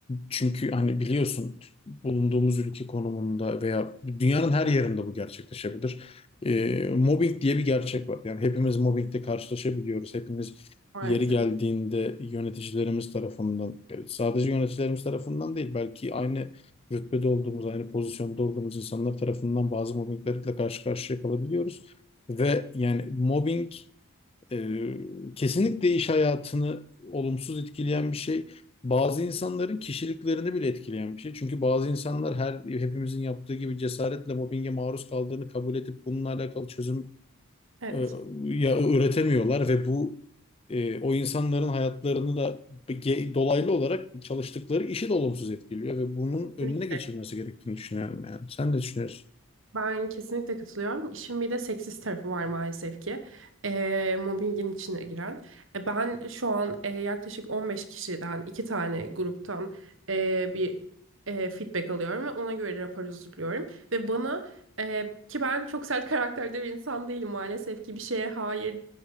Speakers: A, on the left; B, on the right.
A: çünkü hani biliyorsun bulunduğumuz ülke konumunda veya dünyanın her yerinde bu gerçekleşebilir. E, mobbing diye bir gerçek var. Yani hepimiz mobbingle karşılaşabiliyoruz. Hepimiz
B: Maalesef.
A: yeri geldiğinde yöneticilerimiz tarafından, e, sadece yöneticilerimiz tarafından değil, belki aynı rütbede olduğumuz, aynı pozisyonda olduğumuz insanlar tarafından bazı mobbinglerle karşı karşıya kalabiliyoruz. Ve yani mobbing e, kesinlikle iş hayatını olumsuz etkileyen bir şey. Bazı insanların kişiliklerini bile etkileyen bir şey. Çünkü bazı insanlar her hepimizin yaptığı gibi cesaretle mobbinge maruz kaldığını kabul edip bununla alakalı çözüm
B: Evet.
A: e, ya üretemiyorlar ve bu e, o insanların hayatlarını da ge- dolaylı olarak çalıştıkları işi de olumsuz etkiliyor ve bunun
B: Kesinlikle.
A: önüne geçilmesi gerektiğini düşünüyorum yani. Sen de düşünüyorsun.
B: Ben kesinlikle katılıyorum. İşin bir de seksist tarafı var maalesef ki. E, mobbingin içine giren. E, ben şu an e, yaklaşık 15 kişiden iki tane gruptan e, bir e, feedback alıyorum ve ona göre rapor hazırlıyorum. Ve bana e, ki ben çok sert karakterde bir insan değilim maalesef ki bir şeye hayır